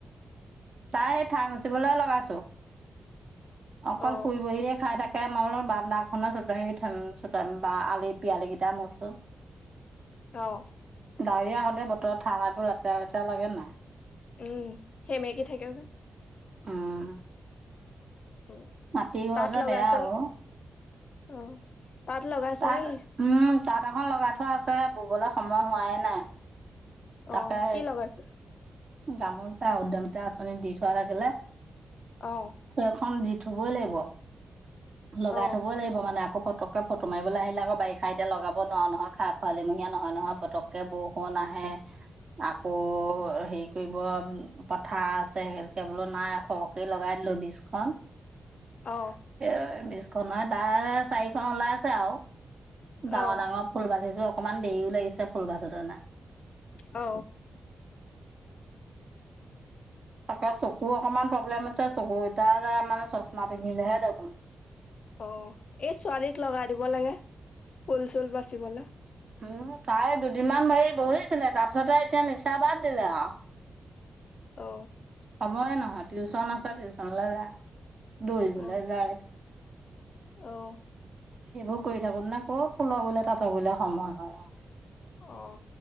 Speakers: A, on the right (about 50°); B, on the left (about 60°).
A: তাই ঠাই মচিবলৈ লগাইছো অকল
B: অ
A: শুই বহিয়ে খাই থাকে তাকে মল বানাখনৰ চত বা আলি পিয়ালি কেইটা মচো
B: অহ
A: ডাৱৰীয়া হলে বতৰত ঠা মাইবোৰ লেতেৰা লেতেৰা লাগে নাই
B: উম সেমেকে থাকেচোন
A: উম
B: উ
A: মাটি ঘৰ
B: তাত
A: যে
B: লগাইছে
A: বেয়া অ
B: অ তাত লগাইছে
A: তাত
B: নে কি?
A: উম তাঁাট এখন লগাই থোৱা আছে ববলৈ সময় হোৱাই নাই
B: অ
A: তাকে
B: কি লগাইছে?
A: গামোচা উদ্যমিতা আঁচনি দি থোৱা থাকিলে
B: অ
A: সখন দি থবই লাগিব লগাই
B: অ
A: থবই লাগিব মানে আকৌ পতক তোমাৰিবলৈ আহিলে আক বাৰিষা এতিয়া লগাব নোৱাৰ নহয় খোৱালিমহাত নহয় নহয় পতককে বৰষুণ আহে আকৌ হেৰি কৰিব পথাৰ আছে সকে বোলো নাই সৰহকে লগাই দিলো বিীজখন
B: অঁ
A: এ বিশখন হয় তাৰ চাৰিখন ওলাই আছে আৰু ডাঙৰ
B: অ
A: ডাঙৰ ফুল বাজিছো অকণমান দেৰিও লাগিছে ফুল ভজো তৰ নে
B: অ
A: তাকে চকু অকণমান প্ৰব্লেম আছে চকু কেইটা যে মানে চশমা পিন্ধিলেহে দেখোন
B: অ এই ছোৱালীক লগাই দিব লাগে ফুল চুল বাচিবলৈ
A: উম চাৰে দুদিনমান ভৰি বহিছিলে তাৰ পিছতে এতিয়া নিচা বাদ দিলে আৰু
B: অ
A: হ'বই নহয় টিউচন আছে টিউচনলৈ যা দৌৰিবলৈ
B: অ
A: যায়
B: অ
A: সেইবোৰ কৰি থাকো নে ক'ত ফুলৰ বুললে তাত বুললে সময় হয়
B: অ